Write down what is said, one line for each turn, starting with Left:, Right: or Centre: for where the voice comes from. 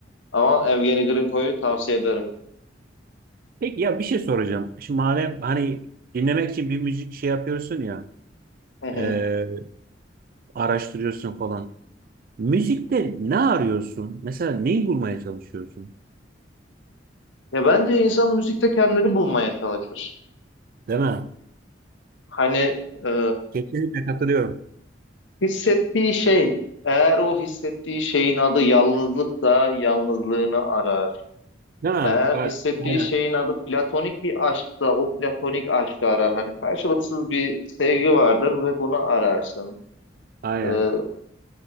Left: Ama Evgeni Grinko'yu tavsiye ederim.
Right: Peki ya bir şey soracağım. Şimdi madem hani dinlemek için bir müzik şey yapıyorsun ya,
Left: Hı hı.
Right: e, araştırıyorsun falan. Müzikte ne arıyorsun? Mesela neyi bulmaya çalışıyorsun?
Left: Ya bence insan müzikte kendini bulmaya çalışır.
Right: Değil mi?
Left: Hani e,
Right: Kesinlikle katılıyorum.
Left: hissettiği şey, eğer o hissettiği şeyin adı yalnızlıksa yalnızlığını arar.
Right: Değil mi?
Left: Eğer
Right: Evet.
Left: hissettiği
Right: Aynen.
Left: şeyin adı platonik bir aşksa o platonik aşkı arar. Hani karşılıksız bir sevgi vardır ve bunu ararsın.
Right: Aynen.
Left: E,